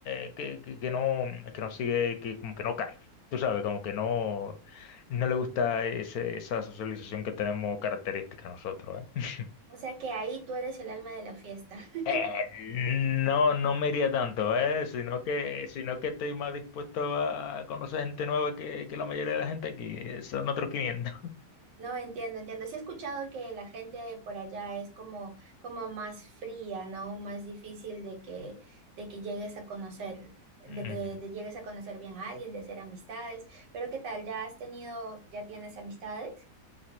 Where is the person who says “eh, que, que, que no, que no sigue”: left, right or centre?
Left